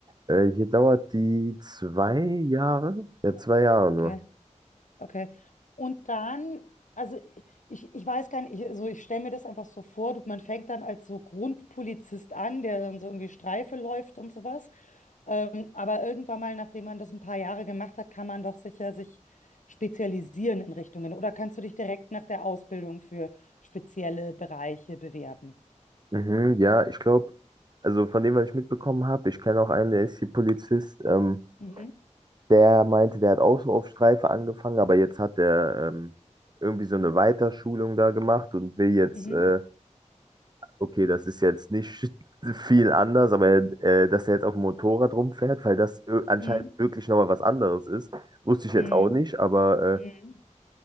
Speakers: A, on the right; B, on the left.
A: Äh, hier dauert die zwei Jahre. Ja, zwei Jahre
B: Okay,
A: nur.
B: okay. Und dann, also ich, ich weiß gar nicht, ich, also ich stelle mir das einfach so vor, du, man fängt dann als so Grundpolizist an, der dann so irgendwie Streife läuft und sowas. Ähm, aber irgendwann mal, nachdem man das ein paar Jahre gemacht hat, kann man doch sicher sich spezialisieren in Richtungen. Oder kannst du dich direkt nach der Ausbildung für spezielle Bereiche bewerben?
A: Mhm, ja, ich glaube, also von dem, was ich mitbekommen habe, ich kenne auch einen, der ist hier Polizist, ähm,
B: Mhm.
A: der meinte, der hat auch so auf Streife angefangen, aber jetzt hat er ähm, irgendwie so eine Weiterschulung da gemacht und will jetzt,
B: Mhm.
A: äh, okay, das ist jetzt nicht <laughs> viel anders, aber äh, dass er jetzt auf dem Motorrad rumfährt, weil das ö- anscheinend
B: Mhm.
A: wirklich nochmal was anderes ist, wusste ich jetzt
B: Mhm.
A: auch nicht, aber
B: Mhm.